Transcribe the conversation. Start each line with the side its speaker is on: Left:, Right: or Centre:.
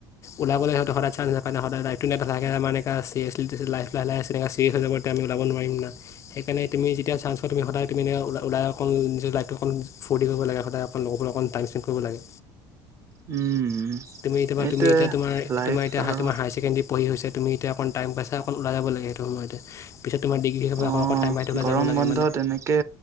Left: ওলাবলৈলে হয়ত সদায় চান্স নাপায় না। সদায় লাইফটো না থাকে আমাৰ এনেকুৱা চিৰিয়াছলি লাইফ টো লাহে লাহে আহি আছে। তেনেকৈ চিৰিয়াছ হৈ যাব তেতিয়া আমি ওলাব নোৱাৰিমা সেইকাৰণে তুমি যেতিয়া চান্স পোৱা তুমি সদায় তুমি এনেকে ওলাই অকণ নিজৰ লাইফটো অকণ ফূ্তি কৰিব লাগে। সদায় অকণ লগৰবোৰ অকণ টাইম স্পেণ্ড কৰিব লাগে।
Right: উম!
Left: তুমি এতিয়া,
Right: সেইটোৱে লাইফ
Left: তোমাৰ এতিয়া
Right: আৰু
Left: হাইৰচেকেণ্ডেৰী পঢ়ি হৈছে। তুমি এতিয়া অকণ টাইম পাইছা, অকণ ওলাই যাব লাগে সেইটো সময়তে। পিছত তোমাৰ ডিগ্ৰী শেষ হ'বলৈ
Right: অ!
Left: আকৌ অকণ টাইম পাই ওলাই
Right: গৰম
Left: যাব লাগে
Right: বন্ধত এনেকে